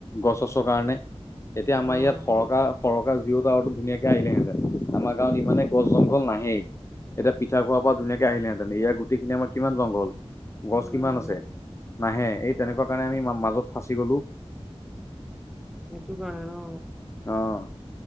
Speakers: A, on the left; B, in the centre.
A: গছ চছৰ কাৰণে। এতিয়া আমাৰ
B: অ
A: ইয়াত সৰকা সৰকা জিঅ' টাৱাৰ‌ ধুনীয়াকে আহিলেহেঁতে আমাৰ গাঁৱত ইমানে কল জংঘল নাহেই এতিয়া পিঠা খোৱাৰ পৰা ধুনীয়াকে আহিলেহেঁতেন ইয়াৰ গোটেইখিনি আমাৰ কিমান জংঘল। গছ
B: উম,
A: কিমান আছে নাহে এই তেনেকুৱা কাৰণে আমি মাজত ফাঁচি গলো।
B: এইটো কাৰণে ন।
A: অহ